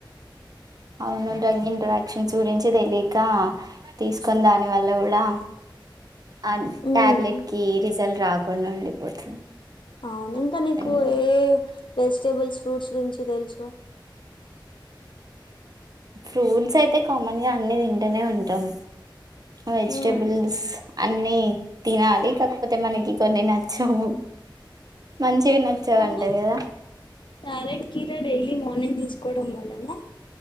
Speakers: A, on the right; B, on the left.
A: అవును డ్రగ్ ఇంట్రాక్షన్స్ గురించి తెలియక తీసుకొని దాని వల్ల కూడా ఆ
B: ఉమ్
A: ట్యాబ్లెట్కి రిజల్ట్ రాకుండా ఉండిపోతుంది
B: అవునింకా నీకు
A: అండ్
B: ఏ వెజిటబుల్స్ ఫ్రూట్స్ గురించి తెలుసు
A: ఫ్రూట్స్ అయితే కామన్గ అన్ని తింటనే ఉంటాం వెజిటబుల్స్
B: ఉమ్
A: అన్ని తినాలి క కాకపోతే మనకి కొన్ని నచ్చవు మంచివి నచ్చవు
B: కానీ
A: అంటారు కదా
B: క్యారెట్ కీరా డైలీ మార్నింగ్ తీసుకోవడం వల్లనా